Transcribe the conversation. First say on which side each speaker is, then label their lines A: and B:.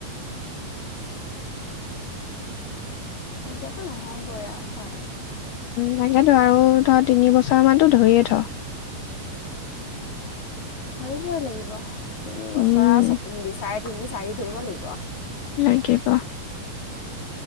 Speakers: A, on the left; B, on the left.
A: <inaudible>
B: এতিয়াতো নহ'বই আৰু। হয়।
A: লাগেতো। আৰু ধৰ তিনি বছৰ মানতো ধৰিয়ে থ।
B: ধৰিবই লাগিব। তিনিবছৰ
A: উম
B: আৰু চকু মুদি চাৰে তিনি-চাৰি ধৰিব লাগিব।
A: লাগিব